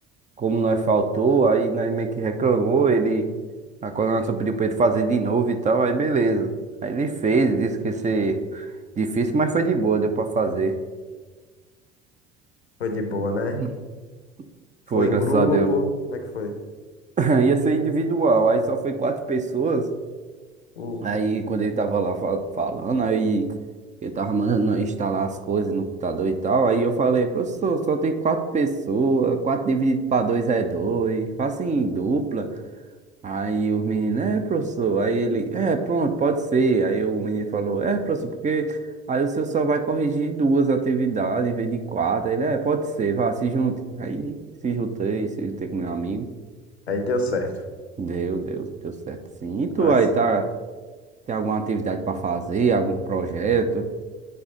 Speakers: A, on the right; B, on the left.
A: como nós faltou, aí nós meio que reclamou, ele, a coordenação pediu pra ele fazer de novo e tal, aí beleza. Aí ele fez, disse que ia ser difícil, mas foi de boa, deu pra fazer.
B: Foi de boa, né?
A: Hum.
B: Foi
A: Foi,
B: em
A: graças
B: grupo?
A: a Deus.
B: Como é que foi?
A: <laughs> Ia ser individual, aí só foi quatro pessoas.
B: Hum.
A: Aí quando ele tava lá fa- falando, aí ele tava mandando nós instalar as coisas no computador e tal, aí eu falei, professor, só tem quatro pessoas, quatro dividido para dois é dois, faça em dupla. Aí o menino, é, professor. Aí ele, é, pronto, pode ser. Aí o menino falou, é, professor, porque aí o senhor só vai corrigir duas atividades em vez de quatro. Aí ele, é, pode ser, vá, se junte. Aí se juntei, se juntei com meu amigo.
B: Aí deu certo.
A: Deu, deu, deu certo sim. E tu
B: Aí
A: aí,
B: se-
A: tá? Tem alguma atividade pra fazer, algum projeto?